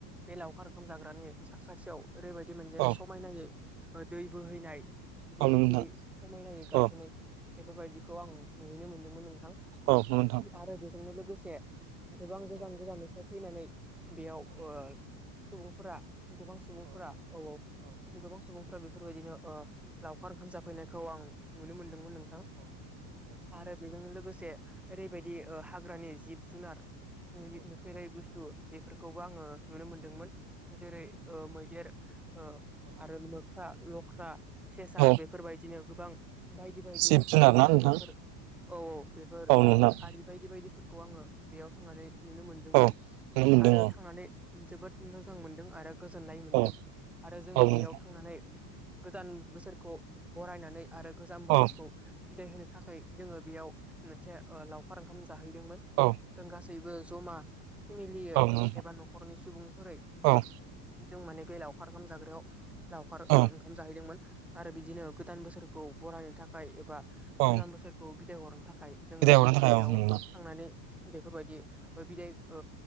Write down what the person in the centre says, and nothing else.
बे लावखार ओंखोम जाग्रानि साखाथियाव ओरैबायदि मोनसेे
समायनायै ओ दै बोहैनाय जिरि
जिरि
समायनायै गाथोनै
बेफोरबायदिखौ आं नुहैनो मोनदों मोन नोंथां
आरो बेजोंनि लोगोसे गोबां गोजान गोजाननिफ्राय फैनानै बेयाव ओ सुबुंफोरा गोबां सुबुंफोरा औ औ गोबां सुबुं फोरबायदिनो ओ लावखार ओंखाम जाफैनायखौ आं नुनो मोनदोंमोन नों थां आरो बेजों लोगोसे ओरैबायदि ओ हाग्रानि जिब जुनार नुफेरै बुस्थु बेफोरखौबो आङो नुनो मोनदोंमोन जेरै ओ मैदेर ओ आरो मोख्रा लख्रा सेसा
बेफोरबायदिनो गोबां बायदि बायदि
जों
बेफोर औ औ बेफोर
आरि बायदि बायदि फो खौ आङो बेयाव थांनानै नुनो मोनदोंमोन
आरो थांनानै जोबोद मोजां मोनदों आरो गोजोननाय मोनदों
आरो जोङो
बेयाव थांनानै गोदान बोसोरखौ बरायनानै आरो गोजां बोथोरखौ
बिदाय होनो थाखाय जोङो बेयाव मोनसे ओ लावखार ओंखाम जाहैदोंमोन
जों गासैबो जमा फेमिलियै
एबा न'खरनि सुबुंफोरै
जों माने बे लावखार ओंखाम जाग्रायाव लावखार ओ
ओंखाम जाहैदोंमोन आरो बिदिनो गोदान बोसोरखौ बरायनो थाखाय एबा
गोजाम बोसोरखौ बिदाय हरनो थाखाय जोंङो
बेयाव
थांनानै बेफोरबायदि बिदाय ओ